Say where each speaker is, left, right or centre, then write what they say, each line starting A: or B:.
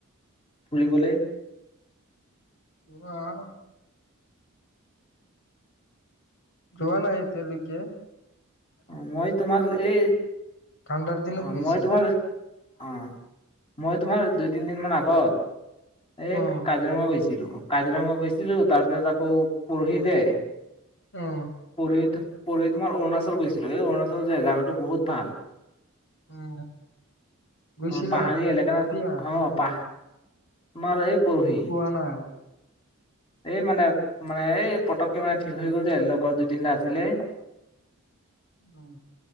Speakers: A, on the left; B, on the left.
A: ফুৰিবলৈ?
B: <unintelligible> যোৱা নাই এতিয়া লৈকে।
A: অ' মই তোমাৰ এই,
B: ঠাণ্ডাৰ দিনত
A: অ
B: গৈছিলো।
A: মই তোমাৰ, অ' মই তোমাৰ <unintelligible> তিনিদিন মান আগত। এই
B: অ'
A: কাজিৰঙা গৈছ। <unintelligible> কাজিৰঙা গৈছিলো তাৰ পিছত আকৌ পৰহি যে,
B: অ'
A: পঢ়ি থাক। পৰহি তোমাৰ অৰুণাচল গৈছ। <unintelligible> অৰুণাচল যে জাগাটো বহুত ভাল।
B: অ' গৈছিলা?
A: অ পাহাৰী এলেকা
B: কেতিয়া?
A: না, অ' পা তোমাৰ এই পঢ়ি
B: মোক
A: এই
B: কোৱা নাই।
A: মানে, মানে, এই পতককে মানে ঠিক হৈ গ'ল যে লগৰ দুই তিনিটা আছিলেই।
B: উম।